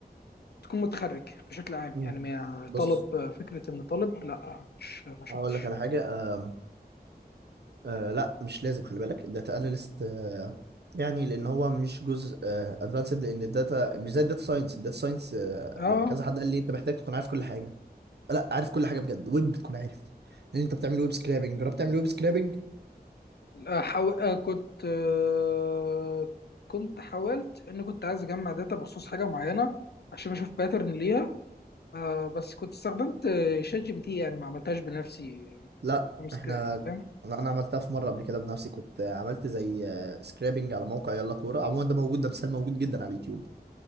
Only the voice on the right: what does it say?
مم.
بص
هقول لك على حاجة آم، آه لا مش لازم خلي بالك الداتا اناليست آه يعني لان هو مش جزء ادفانسد لان الداتا مش زي الداتا ساينس الداتا ساينس آه
يعني كذا حد قال لي انت محتاج تكون عارف كل حاجة لا عارف كل حاجة بجد ويب بتكون عارف لان انت بتعمل ويب سكرابنج جربت تعمل ويب سكرابنج
لا
احنا
لا انا عملتها في مره قبل كده بنفسي كنت عملت زي سكرابنج على موقع يلا كوره عموما ده موجود ده مثال موجود جدا على اليوتيوب